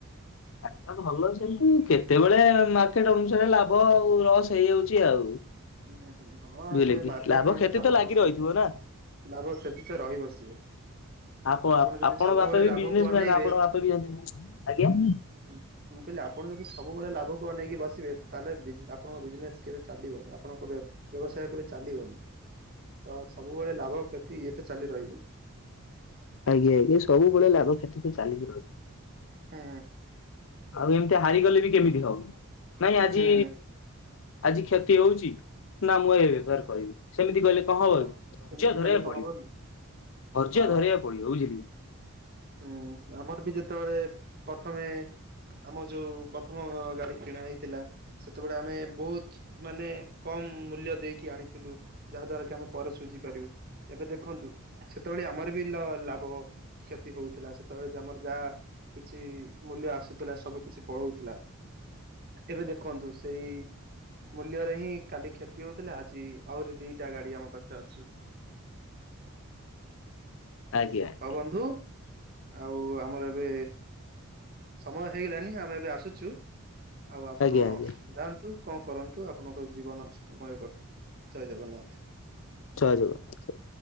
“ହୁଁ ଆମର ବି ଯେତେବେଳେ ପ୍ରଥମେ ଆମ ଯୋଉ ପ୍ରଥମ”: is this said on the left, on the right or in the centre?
Right